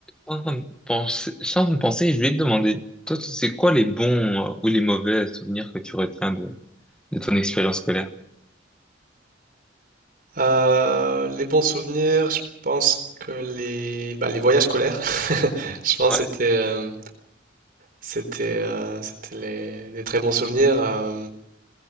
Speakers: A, in the centre; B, on the right.
A: Sans penser, sans penser, je vais te demander, toi, tu sais quoi les bons euh, ou les mauvais souvenirs que tu retiens de, de ton expérience scolaire?
B: Euh, les bons souvenirs, je pense que les, bah, les voyages scolaires, <laughs> je pense
A: Ouais,
B: que c'était euh, c'était euh, c'était les, des très bons souvenirs. Euh,